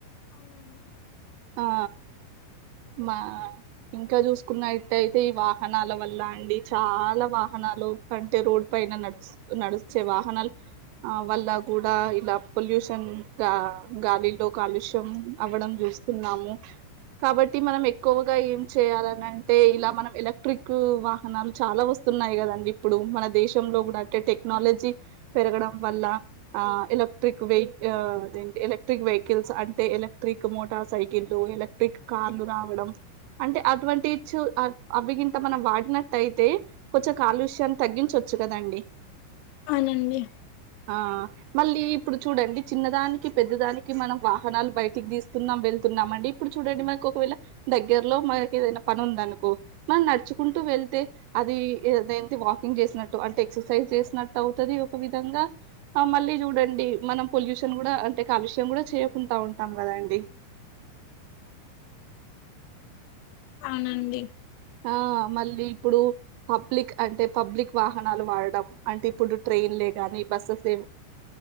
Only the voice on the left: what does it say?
అవునండి
అవునండి
అవునండి